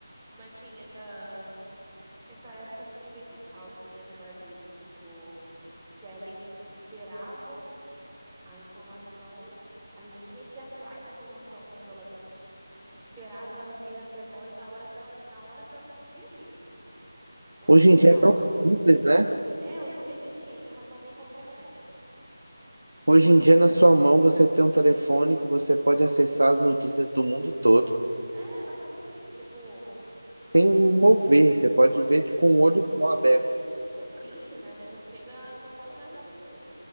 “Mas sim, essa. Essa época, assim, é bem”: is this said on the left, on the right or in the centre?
Centre